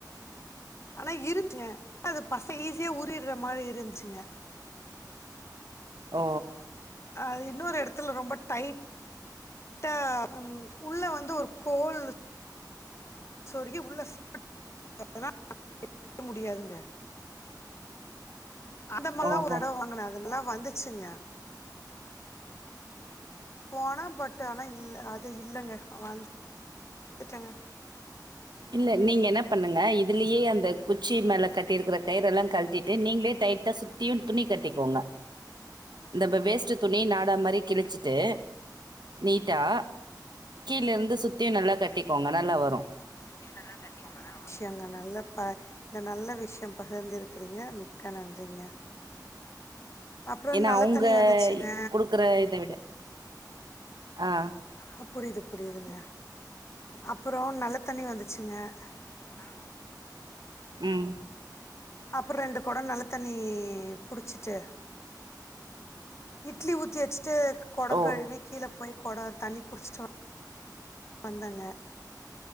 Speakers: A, on the left; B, on the right.
A: ஆனா இருஞ்சுங்க அது பச ஈஸியா உறிற மாரி இருஞ்சுங்க
B: ஓ
A: அது இன்னொரு எடத்துல ரொம்ப டைட்டா ம் உள்ள வந்து ஒரு கோல் சொரிகு உள்ள சா <unintelligible> முடியாதுங்க அந்த மாரில்லா
B: ஓஹோ
A: ஒரு எடோ வாங்கன அது நல்லா வந்துச்சுங்க போன பட் ஆனா இல்ல அது இல்லங்க வந்துட்டங்க
B: இல்ல நீங்க என்ன பண்ணுங்க இதுலியே அந் த குச்சி மேல கட்டிருக்குற கயிறெல்லா கழட்டிட்டு நீங்களே டைட்டா சுத்தியு துணி கட்டிகோங்க இந்தப வேஸ்ட்டு துணி நாடா மாரி கிழிச்சிட்டு நீட்டா கீழருந்து சுத்தியு நல்லா கட்டிகோங்க நல்லா வரு
A: துணிய நல்லா கட்டிகோங்க நல்லா வரு எங்க நல்லா பா நல்ல விஷயோ பகிர்ந்துருக்கறீங்க மிக்க நன்றிங்க அப்புறம்
B: ஏன்னா
A: நல்ல
B: அவங்க
A: தண்ணி வந்துச்சுங்க.
B: குடுக்குற இத விட ஆ
A: ஆ புரிது புரியுதுங்க அப்புறோ நல்ல தண்ணி வந்து ச்சுங்க நாங்களு
B: உம்
A: அப்றோ ரெண்டு கொடோ நல்ல தண்ணி புடிச்சுட்டு இட்லிஊத் தி வச்சிட்டு கொடோங்
B: ஓ
A: கழுவி கீழே போய் கொடோ தண்ணி புடுச்சுட்டுவா வந்தங்க